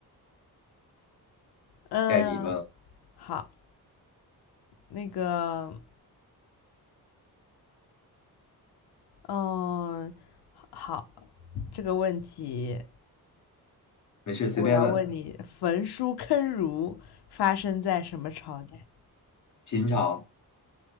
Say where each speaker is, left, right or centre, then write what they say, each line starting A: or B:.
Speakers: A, on the left; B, on the left.
A: 嗯，
B: 该你问了，
A: 好，那个嗯，好，这个问题
B: 没事随便问，
A: 我要问你：焚书坑儒发生在什么朝代？
B: 秦朝。